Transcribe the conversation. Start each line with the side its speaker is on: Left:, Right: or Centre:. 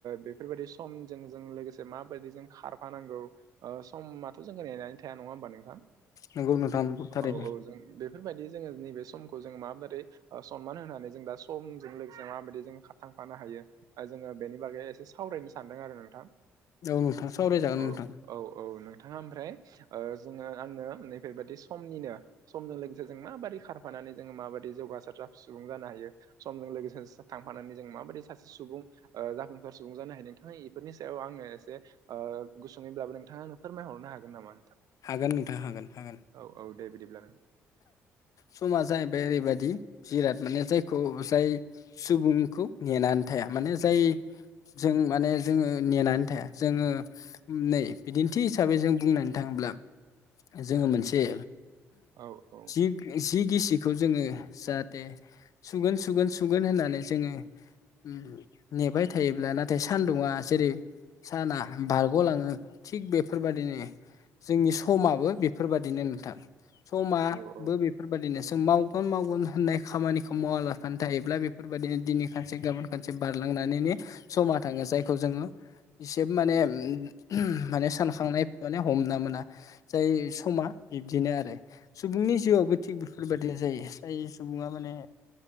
Right: बेफोरबायदि समजों जों लोगोसे माबायदि जों खारफानांगौ ओ समाथ' जोंखौ नेनानै थाया नङा होमबा नोंथां?
Left: नोंगौ नोंथां नोंगौ थारैनो
Right: औ औ जों बे फोरबायदि जोङो नैबे समखौ जों माबोरै ओ सनमान होनानै जों दा समजों लोगोसे माबायदि जो खा थांफानो हायो ओ जोङो बेनि बागै एसे सावरायनो सानदों आरो नोंथां।
Left: औ नोंथां सावरायजागोन
Right: औ
Left: नोंथां।
Right: औ औ नोंथाङा ओमफ्राय ओ जोङो आङो नै बेेबादि समनिनो समजों लोगोसे जों माबादि खारफानानै जोङो माबादि जौगासार जा सुबुं जानो हायो समजों लोगोसे जा थांफानानै जों माबादि सासे सुबुं ओ जाफुंसार सुबुं जानो हायो नोंथाङा इफोरनि सायाव आंनो एसे ओ गुसुङैब्लाबो नोंथाङा आंनो फोरमायहरनो हागोन नामा नोंथां?
Left: हागोन नोंथां हागोन हागोन।
Right: औ औ दे बिदिब्ला।
Left: समा जाहैबाय ओरैबादि जिराद माने जायखौ जाय सुबुंखौ नेनानै थाया माने जाय जों माने जोङो नेनानै थाया जोङो नै बिदिन्थि हिसाबै जों बुंनो थाङोब्ला जोङो मोनसे
Right: औ औ।
Left: उम जि गिसिखौ जोङो जाहाथे सुगोन सुगोन सुगोन होननानै जोङो उम नेबाय थायोब्ला नाथाय सानदुङा जेरै साना बारग'लाङो थिग बेफोरबादिनो जोंनि समाबो बेफोरबादिनो नोंथां समा
Right: औ औ
Left: बेफोरबादिनो जों मावगोन मावगोन होननाय खामानिखौ मावालाफानो थायोब्ला बेफोरबायदिनो दिनै खारसे गाबोन खानसे बारलांनानैनो समा थाङो जायखौ जोङो इसे माने उम माने सानखांनाय माने हमना मोना। जाय समा बिब्दिनो आरो। सुबुंनि जिउआवबो थिग बेफोरबायदि जायो जाय सुबुङा माने